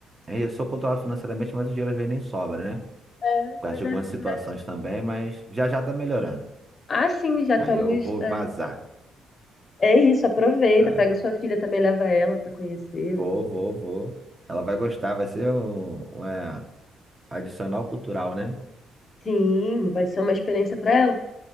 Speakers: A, on the right; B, on the left.
A: é, Eu sou controlado financeiramente, mas o dinheiro às vezes nem sobra, né?
B: É,
A: Por
B: pois
A: causa de
B: é,
A: algumas
B: complexo.
A: situações também, mas já já tá melhorando.
B: Ah, sim, já estamos.
A: Aí eu vou
B: é,
A: vazar.
B: É isso, aproveita,
A: É,
B: pega sua filha também, leva ela para conhecer
A: vou,
B: os lugares.
A: vou, vou. Ela vai gostar, vai ser um, um, é, adicional cultural, né?
B: Sim, vai ser uma experiência para ela.